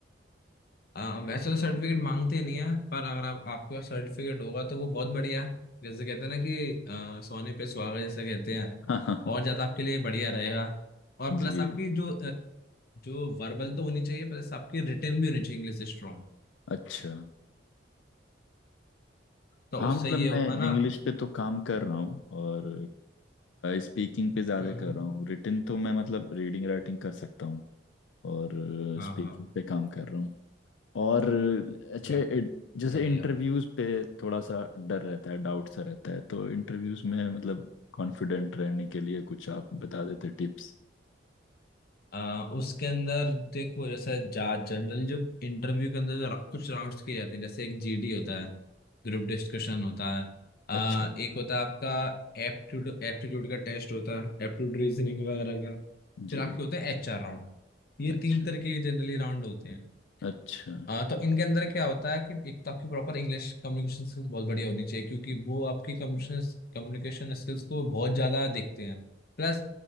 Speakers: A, on the left; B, on the left.
A: आ, वैसे तो सर्टिफिकेट मांगते नहीं है पर अगर आप आपके पास सर्टिफिकेट होगा तो वो बहुत बढ़िया है जैसे कहते हैं ना कि आ, सोने पे सुहागा जैसे कहते हैं
B: <laughs> हाँ हाँ हाँ
A: और ज्यादा आपके लिए बढ़िया रहेगा और प्लस
B: जी
A: आपकी जो अ, जो वर्बल तो होनी चाहिए प्लस आपकी रिटर्न भी होनी चाहिए इंग्लिश स्ट्रांग
B: अच्छा
A: तो
B: हाँ
A: उससे
B: मतलब
A: ये
B: मैं
A: होगा ना
B: इंग्लिश पे तो काम कर रहा हूँ और स्पीकिंग पे ज़्यादा
A: हम्म
B: कर रहा हूँ रिटन तो मैं मतलब रीडिंग राइटिंग कर सकता हूँ और
A: हाँ
B: स्पीकिंग
A: हाँ
B: पे काम कर रहा हूँ और अच्छा
A: ब-
B: it- जैसे
A: बढ़िया
B: इंटरव्यूज पे थोड़ा सा डर रहता है डाउट सा रहता है तो इंटरव्यूज में मतलब कॉन्फिडेंट रहने के लिए कुछ आप बता देते टिप्स
A: आ, उसके अंदर देखो जैसे जा जनरली जो इंटरव्यू के अंदर जो रा- कुछ राउंड्स किए जाते हैं जैसे एक जीडी होता है ग्रुप डिस्कशन होता है आ,
B: अच्छा
A: एक होता है आपका एप्टीट्यूड एप्टीट्यूड का टेस्ट होता है एप्टीट्यूड रीजनिंग वगैरह का फिर
B: जी
A: आपके
B: भी
A: होते हैं एचआर राउंड ये
B: अच्छा
A: तीन तरह के जनरली राउंड होते हैं
B: अच्छा
A: हाँ तो इनके अंदर क्या होता है कि एक तो आपकी प्रॉपर इंग्लिश कम्युनिकेशन स्किल्स बहुत बढ़िया होनी चाहिए क्योंकि वो आपकी कम्युनिकेशन कम्युनिकेशन स्किल्स को बहुत ज्यादा देखते हैं प्लस